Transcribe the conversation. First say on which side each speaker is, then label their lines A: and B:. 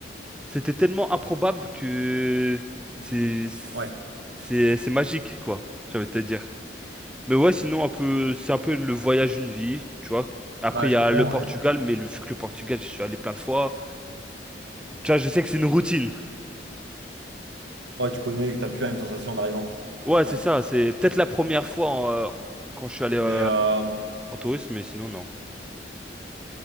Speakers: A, in the centre; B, on the right (about 75°).
A: c'était tellement improbable que c'est,
B: Ouais.
A: c'est, c'est magique, quoi, j'avais envie de te dire. Mais ouais, sinon, un peu, c'est un peu le voyage d'une vie, tu vois. Après,
B: Bah,
A: il
B: je
A: y a
B: comprends.
A: le Portugal,
B: ouais.
A: mais le, vu que le Portugal, je suis allé plein de fois. Tu vois, je sais que c'est une routine.
B: Ouais, tu connais, que t'as plus la même sensation en arrivant.
A: Ouais,
B: Ouais.
A: c'est ça. C'est peut-être la première fois en, euh, quand je suis allé euh,
B: Mais, euh,
A: en tourisme, mais sinon, non.